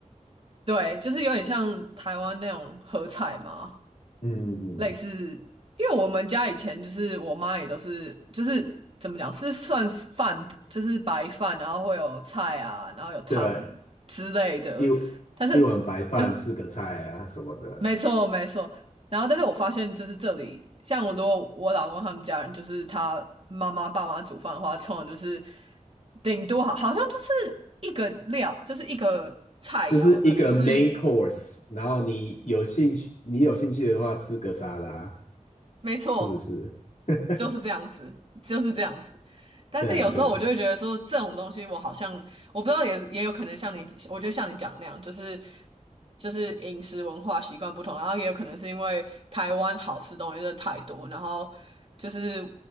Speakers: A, on the right; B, on the left.
A: 对，就是有点像台湾那种合菜嘛，
B: 嗯嗯嗯，
A: 类似，因为我们家以前就是我妈也都是，就是怎么讲，是算饭，就是白饭，然后会有菜啊，然后有汤
B: 对，
A: 之类的。
B: 一
A: 但是，
B: 一碗白饭四个菜啊什么的，
A: 可是没错没错。然后，但是我发现就是这里，像我如果我老公他们家人，就是他妈妈爸妈煮饭的话，通常就是顶多好好像就是一个料，就是一个菜肴，
B: 就是一个
A: 可能就是
B: main course，然后你有兴趣，你有兴趣的话吃个沙拉，
A: 没错。
B: 是不是？<laughs>
A: 就是这样子，就是这样子。但是有时候我就会觉得说，
B: 对啊，对啊，
A: 这种东西我好像我不知道也，也有可能像你，我觉得像你讲的那样，就是就是饮食文化习惯不同，然后也有可能是因为台湾好吃东西真的太多，然后就是